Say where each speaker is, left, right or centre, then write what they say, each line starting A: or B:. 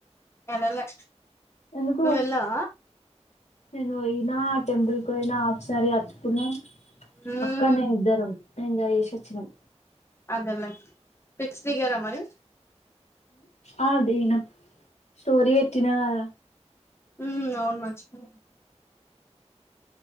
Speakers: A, on the left; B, on the left.
A: ఎల్లలే
B: ఎందుకు
A: నువ్వెళ్ళవా
B: నేను పోయినా ఆ టెంపుల్ కు పోయినా ఒకసారి అచ్చకున్నా
A: ఉమ్
B: అక్క నేను ఇద్దరు ఎంజాయ్ చేసోచ్చినాం
A: అదల ఫిక్స్ దిగారా మరి
B: ఆ దిగినం స్టోరీ వెట్టిన కద
A: ఊ అవును మచిపో